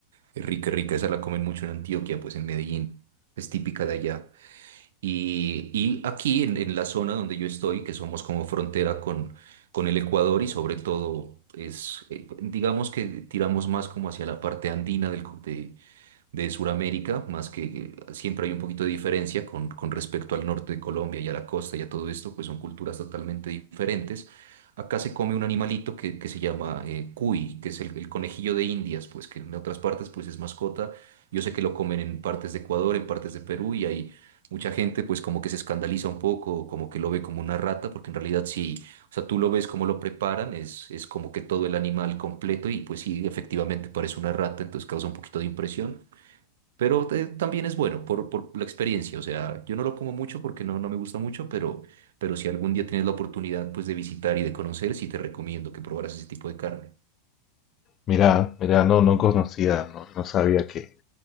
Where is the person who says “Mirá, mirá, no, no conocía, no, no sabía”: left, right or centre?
Left